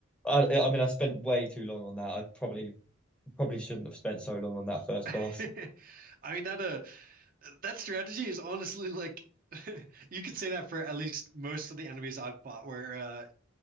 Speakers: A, in the centre; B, on the right.
A: I I mean, I spent way too long on that. I probably probably shouldn't have spent so long on that first
B: <laughs>
A: boss.
B: I mean that uh that strategy is honestly like <laughs> you could say that for at least most of the enemies I've fought where uh